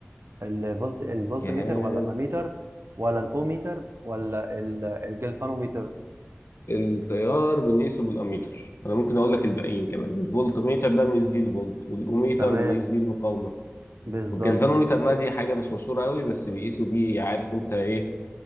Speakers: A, on the right (about 75°); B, on the left (about 70°).
A: الفولت الفولت
B: جهاز
A: ميتر ولا الاميتر ولا الاوميتر ولا ال- الجلفانوميتر
B: التيار بنقيسه بالاميتر انا ممكن اقول لك الباقيين كمان الفولت ميتر ده بنقيس بيه الفولت والاوميتر
A: تمام
B: بنقيس بيه المقاومه
A: بالظبط
B: والجلفانوميتر بقى دي حاجه مش مشهوره قوي بس بيقيسوا بيه عارف انت ايه